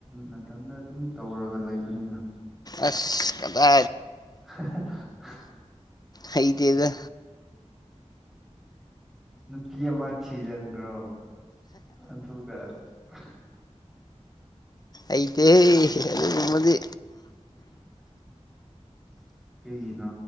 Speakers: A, in the centre; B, on the left.
A: ꯅꯥꯊꯟꯗ ꯑꯗꯨꯝ ꯇꯧꯔꯒ ꯂꯩꯕꯅꯤꯅ
B: ꯑꯁ ꯀꯗꯥ
A: <unintelligible>
B: ꯑꯩꯗꯤꯗ
A: ꯅꯨꯄꯤ ꯑꯃ ꯊꯤꯖꯤꯟꯈ꯭ꯔꯣ ꯑꯗꯨꯒ ꯑ
B: ꯑꯗꯤ ꯅꯃꯗꯤ
A: ꯀꯩꯅ